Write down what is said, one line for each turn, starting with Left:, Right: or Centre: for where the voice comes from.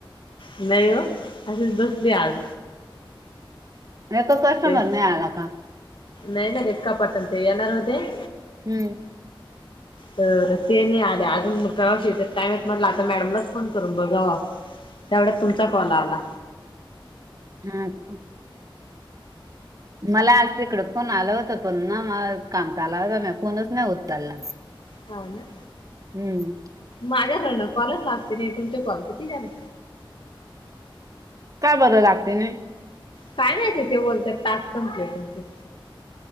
Left: नाही असचं बसली आज.
Right: एक कस्टमर
Left: ते
Right: नाही आला का.
Left: नाही ना ते कपाट आण ते येणार होतं.
Right: हम्म
Left: तर ते नाही आले अजून मग कवाशी येत्यात काय माहित म्हटलं आता मॅडमलाचं फोन करून बघावा. तेवढ्या तुमचा कॉल आला.
Right: हा, मला आज तिकडं फोन आलं होत पण ना म काम चाल होता म फोनच नाही उचलला.
Left: हा ना.
Right: हम्म,
Left: माझ्याकडनं कॉलचं लागते नाही तुमचे कॉल किती झाले.
Right: काय बरं लागते नाही.
Left: काय नाही ते बोलतात टास्क संपले तुमचे.